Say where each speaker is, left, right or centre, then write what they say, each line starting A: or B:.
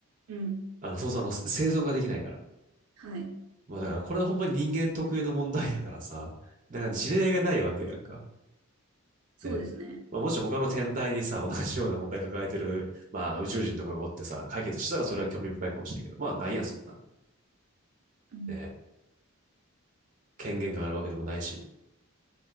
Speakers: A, on the right; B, on the right.
A: うん。
B: あの、そうそう、あの、生存ができないから。
A: はい。
B: まあだからこれはほんまに人間特有の問題やからさ、だから事例がないわけやんか。
A: そうですね。
B: ね。まあ、もし他の天体にさ、同じような問題抱えてる、まあ、宇宙人とかがおってさ、解決したらそれは興味深いかもしれんけど、まあ、ないやん、そんな。
A: うん
B: ね。権限があるわけでもないし。